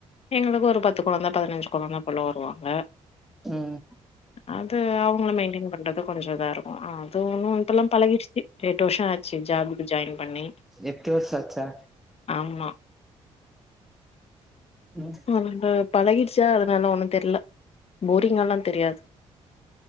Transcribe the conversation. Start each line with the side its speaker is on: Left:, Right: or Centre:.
Left: எங்களுக்கு ஒரு பத்து கொழந்த பதினஞ்சு கொழந்த போல வருவாங்க
Centre: ம்
Left: அது அவுங்கள மெயின்டெய்ன் பண்றது கொஞ்சொ இதா இருக்கு அது ஒன்னு இப்பல்லா பழகிருச்சு ஒரு எட்டு வர்ஷொ ஆ ச்சு ஜாபுக்கு ஜாயின் பண்ணி
Centre: எட்டு வருஷோ ஆச்சா
Left: ஆமா
Centre: ம்
Left: வந்து பழகிட்ச்சா அதுனால ஒன்னு தெர்ல போரிங்கால்லா தெரியாது